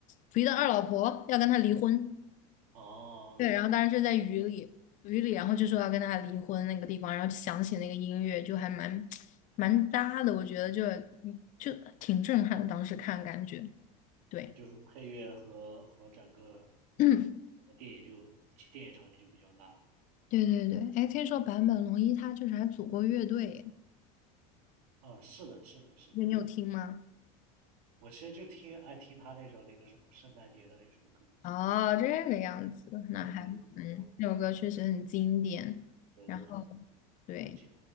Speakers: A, on the left; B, on the right.
A: 溥仪的二老婆要跟他离婚，
B: 哦，
A: 对，然后当时就在雨里，雨里，然后就说要跟他离婚那个地方，然后就响起那个音乐，就还蛮蛮搭的，我觉得就嗯就挺震撼的，当时看感觉，对。
B: 那就是配乐和和整个
A: <clears throat>
B: 整个电影就电影场景就比较搭，
A: 对对对，哎，听说坂本龙一他就是还组过乐队，
B: 啊，是的，是的，是的。
A: 对你有听吗？
B: 我其实就听爱听他那首那个什么圣诞节的那首歌，
A: 哦，这个样子，
B: 我觉得就就很
A: 那还嗯，这首歌确实很经典。
B: 对，
A: 然后
B: 就很
A: 对，
B: 对，而且